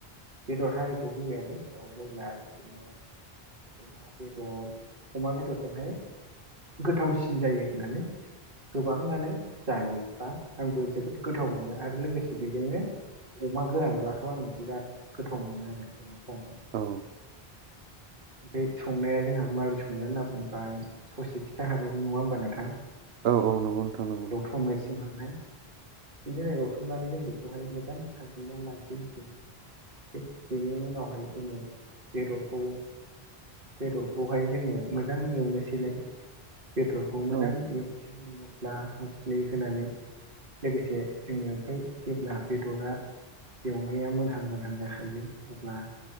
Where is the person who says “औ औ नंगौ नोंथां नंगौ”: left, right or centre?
Right